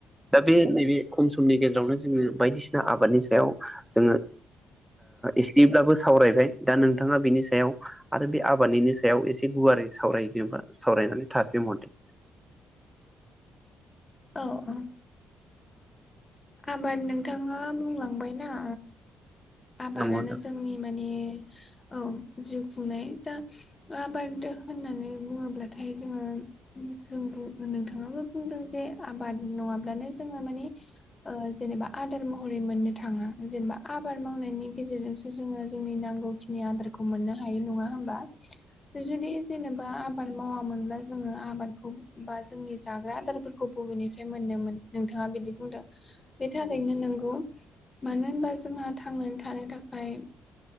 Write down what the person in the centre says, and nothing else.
दा बे नैबे खम समनि गेजेरावनो जोङो बायदिसिना आबादनि सायाव जोङो एसेब्लाबो सावरायबाय दा नोंथाङा बेनि सायाव आरो बे आबादनिनि सायाव एसे गुवारै सावरायनोबा सावरायनानै थासम हरदो
नंगौ नोंथां